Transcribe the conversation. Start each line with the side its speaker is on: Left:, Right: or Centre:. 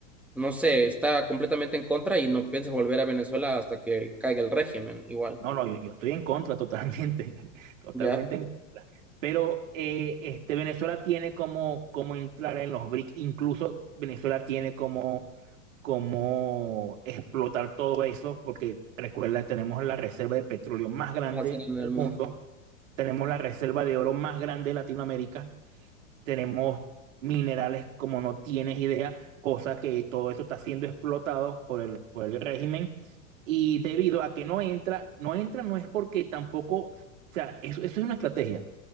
Centre: no sé, está completamente en contra y no piensa volver a Venezuela hasta que caiga el régimen, igual,
Right: No, no, yo, yo estoy en contra totalmente, <laughs> totalmente
Centre: ya,
Right: en contra. Pero eh, este, Venezuela tiene como, como entrar en los BRICS, incluso Venezuela tiene como, como explotar todo eso, porque recuerda, tenemos la reserva de petróleo más grande
Centre: más grande
Right: del
Centre: del mundo.
Right: mundo, tenemos la reserva de oro más grande de Latinoamérica, tenemos minerales como no tienes idea, cosa que todo eso está siendo explotado por el, por el régimen y debido a que no entra, no entra no es porque tampoco, o sea, eso, eso es una estrategia.